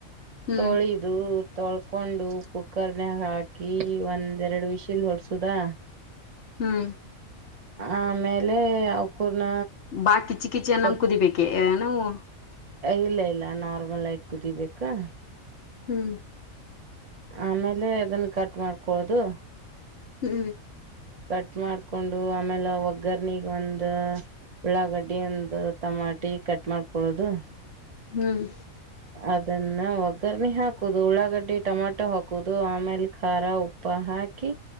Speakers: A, on the left; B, on the right.
A: ಹ್ಮ್
B: ತೋಳಿ ಅದು ತೊಳ್ಕೊಂಡು ಕುಕ್ಕರ್ನಾಗ ಹಾಕಿ ಒಂದ್ರಡು ವಿಸಿಲ್ ಹೊಡ್ಸುದಾ
A: ಹ್ಮ್
B: ಆಮೇಲೆ ಅವಕೂರ್ನ
A: ಬಾ ಕಿಚ್ಚಿ ಕಿಚ್ಚಿ ಅನ್ನಂಗ್
B: ಸ್ವಲ್
A: ಕುದಿಬೇಕೆ ನವು
B: ಇಲ್ಲ ಇಲ್ಲ ನಾರ್ಮಲ್ ಆಗ ಕುದಿಬೇಕಾ
A: ಹ್ಮ್
B: ಆಮೇಲೆ ಅದನ್ನ ಕಟ್ ಮಾಡಓದು
A: ಹ್ಮ್
B: ಕಟ್ ಮಾಡ್ಕೊಂಡು ಆಮೇಲೆ ಒಗ್ಗರ್ನಗ್ ಒಂದ ಉಳ್ಳಾಗಡ್ಡಿ ಒಂದು ಟಮಾಟಿ ಕಟ್ ಮಾಡ್ಕೊಳ್ಳೋದು
A: ಹ್ಮ್
B: ಅದನ್ನ ಒಗ್ಗರ್ರಣೆ ಹಾಕುದು ಉಳ್ಳಾಗಡ್ಡಿ ಟೊಮಾಟೊ ಹಾಕುದು ಆಮೇಲೆ ಖಾರ ಉಪ್ಪ ತಪ್ಪ ಹಾಕಿ